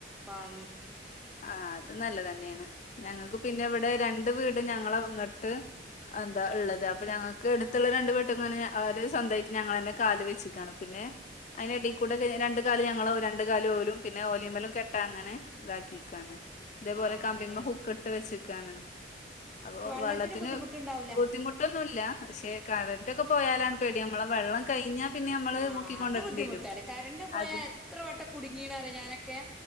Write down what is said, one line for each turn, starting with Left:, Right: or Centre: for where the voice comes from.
Centre: വാങ്ങി
Left: ആഹ് അത് നല്ലതന്നെയാണ് ഞങ്ങക്ക് പിന്നെ ഇവിടെ രണ്ട് വീട് ഞങ്ങള ഇങ്ങട്ട് ആന്താ ഇള്ളത് അപ്പൊ ഞങ്ങക്ക് അടുത്തുള്ള രണ്ട്‌ വീട്ട്ക്കും ഇങ്ങനെ സ്വന്തമായിട്ട് ഞങ്ങളന്നെ കാല് വെച്ചക്കാണ് പിന്നെ അയിന്റെടീക്കൂടെ ക് രണ്ട്‌ കാല് ഞങ്ങളും രണ്ട് കാല് ഓലും പിന്നെ ഓലീമ്മലും കെട്ട അങ്ങനെ ഇതാക്കി. ക്കാണ്. ഇതേപോലെ
Centre: ആഹ്
Left: കമ്പിമ്മ
Centre: അങ്ങനെയാണ്
Left: ഹുക്കിട്ട് വെച്ചക്കാണ്. അപ്പൊ
Centre: പക്ഷെ
Left: വെള്ളത്തിന്
Centre: ബുദ്ധിമുട്ടുണ്ടാവൂല
Left: ബുദ്ധിമുട്ടൊന്നുല്ല. പക്ഷെ കരന്റൊക്കെ പൊ പോയാലാണ് പേടി അമ്മളെ വെള്ളം കഴിഞ്ഞാ പിന്നെ നമ്മള്
Centre: ആഹ്
Left: മുക്കിക്കൊണ്ടരേണ്ടി
Centre: അത് ബുദ്ധിമുട്ടാണ്
Left: വരും
Centre: കരണ്ട് പോയാ
Left: അത്
Centre: എത്ര വട്ടം കുടുങ്ങീണറിയൊ ഞാനൊക്കെ.